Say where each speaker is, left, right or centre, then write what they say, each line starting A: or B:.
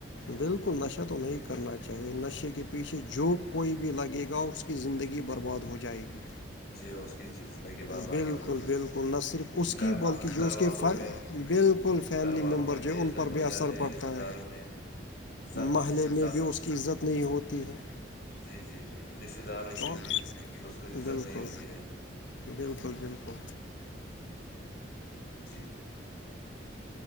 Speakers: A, on the left; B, on the left.
A: بالکل نشہ تو نہیں کرنا چاہیے نشے کے پیچھے جو کوئی بھی لگے گا اس کی زندگی برباد ہو جائے گی
B: جی اس کی زندگی برباد
A: بالکل
B: ہوگی
A: بالکل نہ صرف اس
B: گھر
A: کی بلکہ جو
B: گھر
A: اس کے
B: والوں
A: ف
B: میں
A: بالکل فیملی
B: گھر والوں
A: ممبر
B: میں
A: جو
B: بے
A: ہے
B: عزت
A: ان پر
B: ہو
A: بھی اثر
B: جاتے ہیں
A: پڑتا
B: رشتے داروں
A: ہے
B: میں سب
A: محلے میں
B: سب
A: بھی اس کی عزت نہیں ہوتی ہے
B: جی جی جی رشتہ داروں
A: تو
B: سے بھی اس کو عزت
A: بالکل
B: نہیں ہوتی ہے
A: بالکل بالکل
B: جی